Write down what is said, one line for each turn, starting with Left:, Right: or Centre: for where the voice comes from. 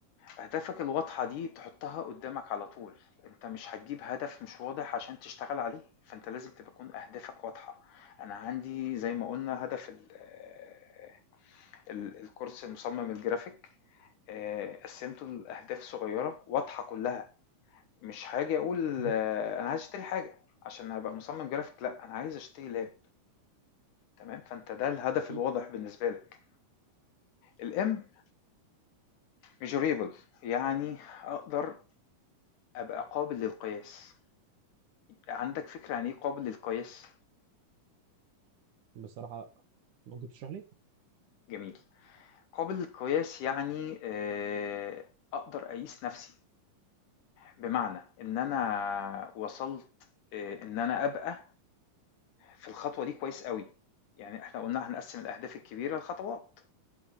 Left: أهدافك الواضحة دي تحطها قدامك على طول أنت مش هتجيب هدف مش واضح عشان تشتغل عليه فأنت لازم تكون أهدافك واضحة أنا عندي زي ما قلنا هدف ال- آه، ال- الكورس مصمم الجرافيك آه، قسمته لأهداف صغيرة واضحة كلها مش حاجة أقول
Right: مهم.
Left: آه، أنا عايز أشتري حاجة عشان أبقى مصمم جرافيك لأ أنا عايز أشتري لاب تمام فأنت ده الهدف
Right: أكيد
Left: الواضح بالنسبة لك الام measurable يعني أقدر أبقى قابل للقياس عندك فكرة عن إيه قابل للقياس؟
Right: بصراحة ممكن تشرح لي؟
Left: جميل قابل للقياس يعني آه، أقدر أقيس نفسي بمعنى إن أنا وصلت آه، إن أنا أبقى في الخطوة دي كويس قوي يعني إحنا قلنا هنقسم الأهداف الكبيرة لخطوات